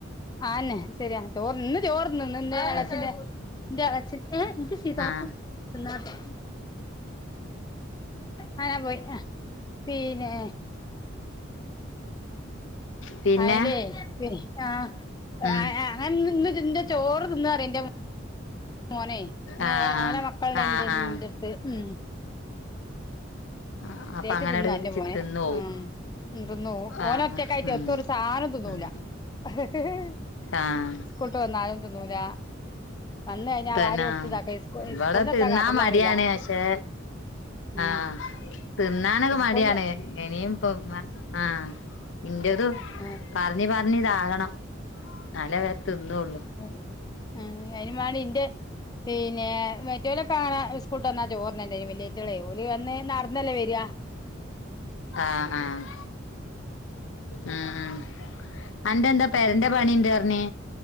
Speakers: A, on the left; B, on the left.
A: ആന്നെ സര്യാ. ചോറ് ഇന്ന് ചോറ്ന്ന്ണ് ഇന്റെ എളച്ചിന്റെ
B: ഉം
A: ഇന്റെ എളച്ചി ഏഹ് എനിക്ക് സീതാപ്പൂ
B: ആഹ്
A: എന്നത്തെ ആനാ പോയി പിന്നെ
B: പിന്നെ
A: അയില്ലേ <unintelligible>
B: ഉം
A: ആഹ് ഞാൻ നിന്ന് നിന്റെ ചോറ് തിന്ന ഇന്റെ മോ മോനെ ന്ന്
B: ആഹ്
A: ഓ ഓലെ മക്കള്ണ്ടേനി
B: ആഹ് ആഹ്
A: ഇന്റെ അടുത്ത് ഉം
B: ആഹ്
A: അത്യായിട്ട്
B: അപ്പൊ അങ്ങനട്
A: തിന്ന എന്റെ
B: ച്
A: മോൻ
B: തിന്നോവും
A: ഉ തിന്നു ഓന
B: ആഹ്
A: ഒറ്റക്കായിട്ടെ
B: ഉം
A: ഒത്ത ഒരു സാധനം തിന്നൂല
B: ഉം
A: <inaudible>
B: ആഹ്
A: കൊട്ട് വന്നാലും തിന്നൂല വന്ന് കഴിഞ്ഞാ
B: തന്നെ
A: വാരി കൊടുത്ത് ഇതാക്ക
B: ഇവിടെ
A: സ്കൂളിന്ന്
B: തിന്നാൻ
A: എത്താ കാട്ടല്
B: മടിയാണ്
A: അറിയില്ല
B: പക്ഷെ
A: ഉം
B: ആഹ് തിന്നാനൊക്കെ
A: സ്കൂളിന്ന്
B: മടിയാണ് ഇനിയും ഇപ്പൊ ആഹ് എന്റേതും
A: ആ
B: പറഞ്ഞ് പറഞ്ഞ് ഇതാകണം എന്നാലേ വ തിന്നള്ളു
A: <unintelligible> ഇന്റെ പിന്നെ മേറ്റല കാണാ സ്കൂട്ട് വന്നാ ചോറിനല്ലേ വലിയറ്റോളലി വന്ന് നടന്നല്ലേ വരിയാ
B: ആഹ് ആഹ് ഉം ഉം അന്റെ എന്താ പേരന്റെ പണിണ്ട് പറഞ്ഞ്